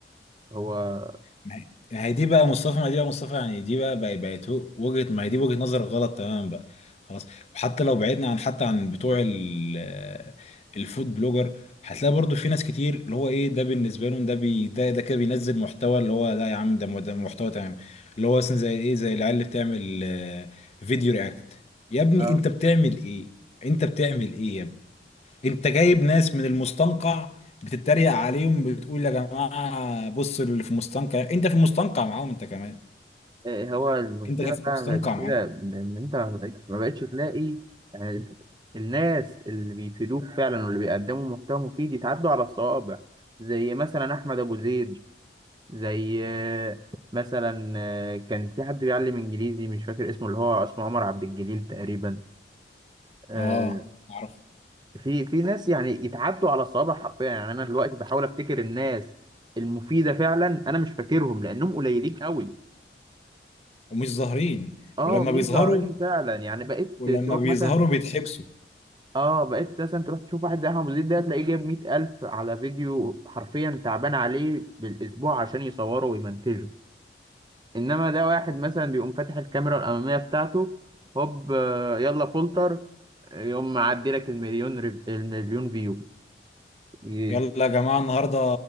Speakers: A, on the right; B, on the left.
A: هو
B: ما ما هي دي بقى مصطفى ما هي دي بقى مصطفى يعني دي بقى بقى- بقت هو- وجهة ما هي دي وجهة نظر غلط تماما بقى خلاص وحتى لو بعدنا عن حتى عن بتوع ال- آه، الفود بلوجر هتلاقي برضو في ناس كتير اللي هو ايه ده بالنسبه لهم ده بي ده ده كده بينزل محتوى اللي هو لا يا عم ده مو- ده محتوى تمام اللي هو مثلا زي ايه زي العيال اللي بتعمل آه، فيديو رياكت يا ابني
A: اه
B: انت بتعمل ايه انت بتعمل ايه يا ابني انت جايب ناس من المستنقع بتتريق عليهم بتقول يا جماعه بصوا اللي في المستنقع انت في المستنقع معاهم انت كمان
A: إيه هو المشكلة
B: انت كان في
A: فعلا
B: المستنقع
A: بقت
B: معاهم
A: كده إن إن أنت ما بقتش ما بقتش تلاقي يعني ال- الناس اللي بيفيدوك فعلا واللي بيقدموا محتوى مفيد يتعدوا على الصوابع زي مثلا أحمد أبو زيد زي آه، مثلا آه، كان في حد بيعلم إنجليزي مش فاكر اسمه اللي هو اسمه عمر عبد الجليل تقريبا آه،
B: اه اعرف
A: في في ناس يعني يتعدوا على الصوابع حرفيا يعني انا دلوقتي بحاول افتكر الناس المفيده فعلا انا مش فاكرهم لانهم قليلين قوي
B: ومش ظاهرين
A: اه
B: ولما
A: مش
B: بيظهروا
A: ظاهرين فعلا يعني بقيت
B: ولما
A: تروح
B: بيظهروا
A: مثلا
B: بيتحبسوا
A: اه بقيت مثلا تروح تشوف واحد زي احمد زيد ده تلاقيه جايب 100000 على فيديو حرفيا تعبان عليه بالاسبوع عشان يصوره ويمنتجه انما ده واحد مثلا بيقوم فاتح الكاميرا الاماميه بتاعته هوب آه، يلا فولتر يقوم معدي لك المليون ريف- المليون فيو ي-
B: يلا يا جماعه النهارده